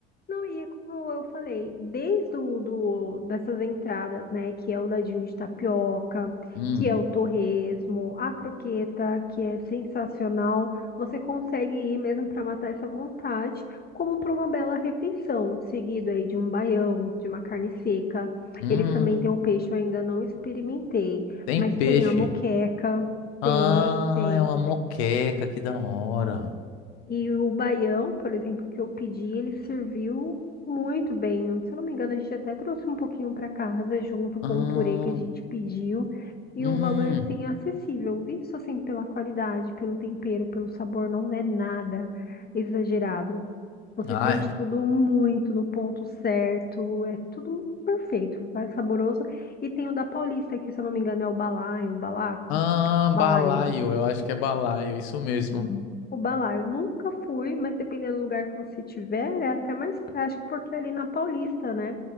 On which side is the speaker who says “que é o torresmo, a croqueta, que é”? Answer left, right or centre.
Left